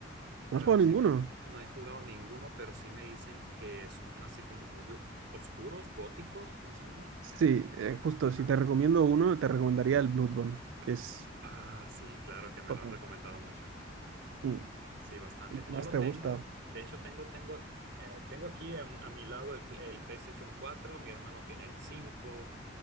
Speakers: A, on the right; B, on the right.
A: ¿No
B: Pero
A: has jugado
B: sí
A: ninguno?
B: me, no he jugado ninguno, pero sí me dicen que son así como muy o- oscuros, góticos, más o menos.
A: Sí, eh, justo,
B: Ajá.
A: si te recomiendo uno, te recomendaría el Bloodborne, que es
B: Ah, sí, claro que me
A: total.
B: lo han recomendado mucho.
A: Mm.
B: Sí, bastante.
A: ¿Y
B: No
A: qué más
B: lo
A: te
B: tengo.
A: gusta?
B: De hecho, tengo, tengo, ac- eh, tengo aquí a, a mi lado el, pl- el PlayStation cuatro mi hermano tiene el cinco